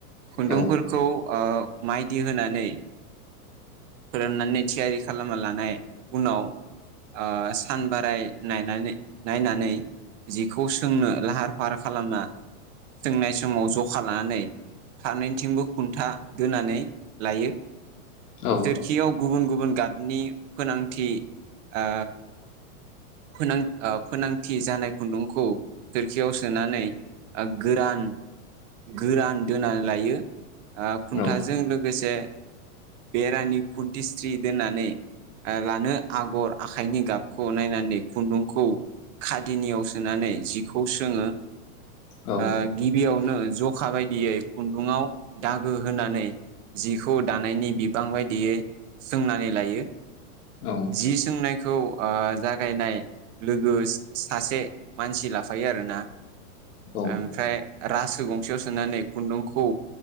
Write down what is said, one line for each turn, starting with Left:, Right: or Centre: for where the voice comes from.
Right: खुन्दुंफोरखौ
Left: औ
Right: ओ माइदि होनानै फोराननानै थियारि खालामना लानाय उनाव ओ सान बाराय नायनानै नायनानै जिखौ सोंनो लाहार फाहार खालामना सोंनाय समाव जखा लानानै फारनैथिंबो खुन्था दोनानै लायो
Left: औ
Right: सोरखियाव गुबुन गुबुन गाब नि गोनांथि आ फोनां फोनांथि जानाय खुन्दुंखौ सोरखियाव सोनानै गोरान गोरान दोना लायो आ खुन्थाजों
Left: औ
Right: लोगोसे बेरानि खुन्थिस्रि दोननानै आ लानो आगर आखाइनि गाबखौ नायनानै खुन्दुंखौ खादिनियाव सोनानै जिखौ सोङो
Left: औ
Right: ओ गिबियावनो जखा बायदियै खुन्दुङाव दागो होनानै जिखौ दानायनि बिबां बायदियै सोंनानै लायो
Left: औ
Right: जि सोंनायखौ आ जागायनाय लोगो सासे मानसि लाफायो आरोना।
Left: औ
Right: ओमफ्राय रासो गंसेयाव सोनानै खुन्दुंखौ